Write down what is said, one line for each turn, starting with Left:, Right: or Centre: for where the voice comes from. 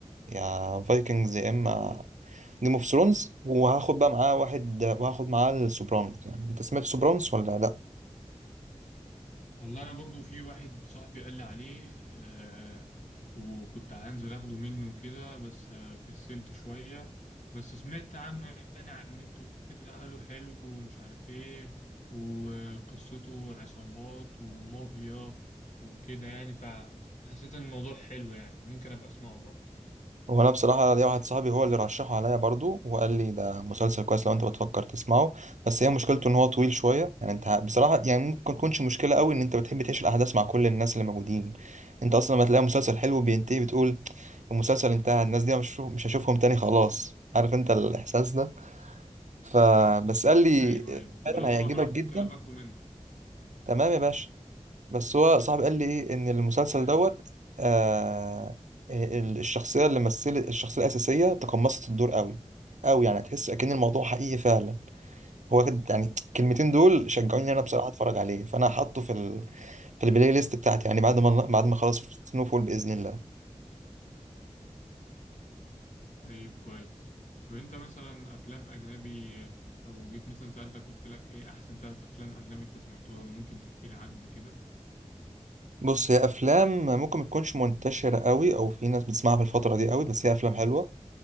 Right: يا فايكنجز يا اما جيم اوف ثرونز وهاخد بقى معاه واحد آه، وهاخد معاه السوبرانوس يعني انت سمعت سوبرانوس ولا لا
Left: والله انا برضو في واحد صاحبي قال لي عليه آه وكنت هنزل اخده منه كده بس آه كسلت شوية بس سمعت عنه يعني على النت وكده قالوا حلو ومش عارف ايه وقصته عصابات ومافيا وكده يعني فحسيت ان الموضوع حلو يعني ممكن ابقى اسمعه برضه
Right: وانا بصراحه ليا واحد صاحبي هو اللي رشحه عليا برضو وقال لي ده مسلسل كويس لو انت بتفكر تسمعه بس هي مشكلته ان هو طويل شويه يعني انت بصراحه يعني ممكن تكونش مشكله قوي ان انت بتحب تعيش الاحداث مع كل الناس اللي موجودين انت اصلا لما تلاقي مسلسل حلو بينتهي بتقول المسلسل انتهى الناس دي مش مش هشوفهم تاني خلاص عارف انت الاحساس ده
Left: مم.
Right: فبس قال لي
Left: ايوه ايوه طب
Right: فعلا
Left: لو هو
Right: هيعجبك
Left: معاك
Right: بالظبط جدا
Left: ممكن ابقى اخده منه
Right: تمام يا باشا بس هو صاحبي قال لي ايه ان المسلسل
Left: ماشي
Right: دوت آه إيه، ال- الشخصيه اللي مثلت الشخصيه الاساسيه تقمصت الدور قوي قوي يعني تحس اكن الموضوع حقيقي فعلا هو كد- يعني الكلمتين دول شجعوني
Left: مم.
Right: انا بصراحه اتفرج عليه فانا حاطه في ال... في البلاي ليست بتاعتي يعني بعد ما بعد ما اخلص سنو فول باذن الله
Left: طيب كويس طب انت مثلا افلام اجنبي لو جيت مثلا سألتك قلت لك ايه احسن ثلاث افلام اجنبي انت سمعتهم ممكن تحكي لي عنهم كده
Right: بص هي افلام ممكن ما تكونش منتشره قوي او في ناس بتسمعها في الفتره دي قوي بس هي افلام حلوه